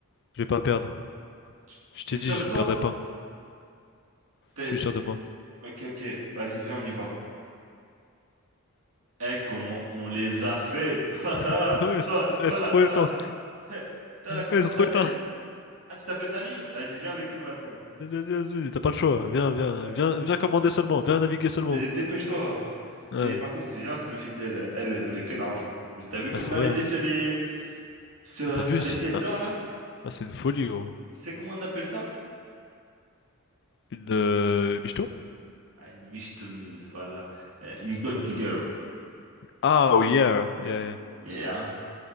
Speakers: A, on the left; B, on the right.
A: Je vais pas perdre.
B: Tu-
A: Je t'ai
B: T'es sûr
A: dit, je
B: de toi?
A: ne perdrai pas.
B: T'es-
A: Je suis sûr de moi.
B: Ok, ok. Vas-y, viens, on y va. Eh, comment on les a fait! <laughs>
A: <laughs> Ah ouais,
B: Toi,
A: c'est- elles
B: toi
A: sont
B: là,
A: trop
B: toi
A: éteintes.
B: là. <laughs> Toi là, comment
A: Elles
B: tu
A: sont trop
B: t'appelles?
A: éteintes.
B: Ah, tu t'appelles Nami? Vas-y, viens avec nous maintenant.
A: Vas-y, vas-y, vas-y, t'as pas le choix. Viens, viens,
B: Euh,
A: viens, viens commander seulement. Viens naviguer seulement.
B: dé- dépêche-toi.
A: Ouais,
B: Mais par contre, viens, se méfie d'elle. Elle, elle voulait que l'argent. T'as vu comment
A: ouais, c'est
B: elle
A: vrai,
B: était
A: hein.
B: sur les, sur,
A: Ah, t'as vu?
B: sur les
A: C'est
B: pièces
A: ah,
B: d'or là?
A: ah, c'est une folie, gros.
B: C'est comment on appelle ça?
A: Une euh, michto?
B: Ah, une michetonneuse, voilà. Euh, une gold digger.
A: Ah, oui, yeah, yeah, yeah.
B: Et, hein,